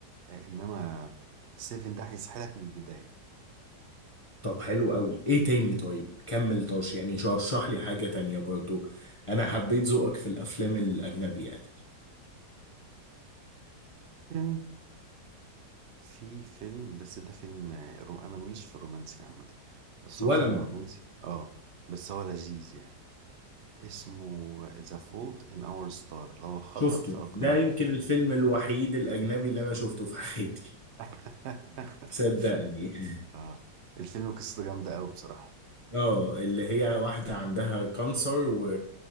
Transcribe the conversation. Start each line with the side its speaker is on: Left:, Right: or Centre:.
Right: انما 7 ده هيسحلك من البداية
Left: طب حلو قوي ايه تاني طيب كمل طاش يعني رشح لي حاجة تانية برضو انا حبيت ذوقك في الافلام الاجنبي يعني
Right: لكن في فيلم بس ده فيلم آه، رو- انا ماليش في الرومانسي عامة بس
Left: ولا
Right: هو فيلم
Left: انا
Right: رومانسي اه بس هو لذيذ يعني اسمه The Fault in Our Star اللي هو الخطأ
Left: شفته
Right: في أقدارك
Left: ده يمكن الفيلم الوحيد الاجنبي اللي انا شفته في حياتي
Right: <laughs>
Left: صدقني <laughs>
Right: آه. الفيلم قصته جامدة أوي بصراحة
Left: اه اللي هي واحدة عندها كانسر و...